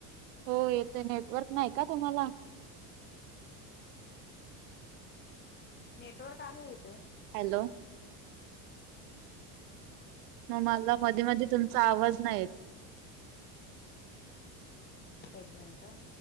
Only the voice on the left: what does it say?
नेटवर्क आहे इथे.
एक मिनिटं